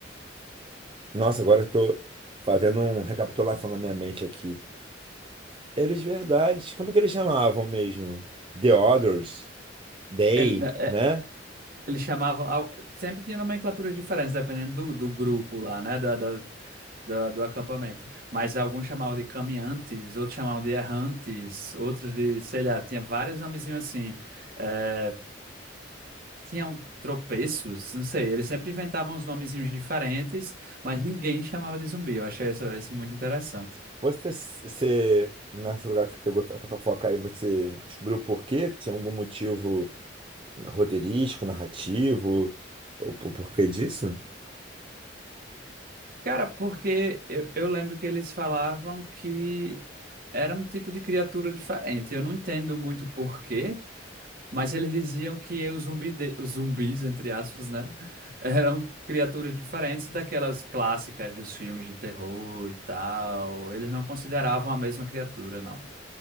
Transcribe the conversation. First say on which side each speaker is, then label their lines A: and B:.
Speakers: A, on the right (about 30°); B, on the right (about 50°).
A: Nossa, agora eu tô fazendo uma recapitulação na minha mente aqui. Eles verdade. Como é que eles chamavam mesmo? The Others, They,
B: Ele- né, é,
A: né?
B: eles chamavam. ao- Sempre tinha nomenclaturas diferentes, dependendo do, do grupo lá, né? Da da, do, do acampamento. Mas alguns chamavam de caminhantes, outros chamavam de errantes, outros de, sei lá, tinha vários nomezinhos assim. É, tinham tropeços, não sei, eles sempre inventavam uns nomezinhos diferentes, mas ninguém chamava de zumbi. Eu achei isso, isso muito interessante.
A: Você, você, nesse lugar que você pegou essa fofoca aí, você descobriu o porquê? Tinha algum motivo roteirístico, narrativo? O, o porquê disso?
B: Cara, porque eu, eu lembro que eles falavam que era um tipo de criatura diferente. Eu não entendo muito porquê Mas eles diziam que os zumbi de- os zumbis, entre aspas, né? <laughs> Eram criaturas diferentes daquelas clássicas dos filmes de terror e tal. Eles não consideravam a mesma criatura, não.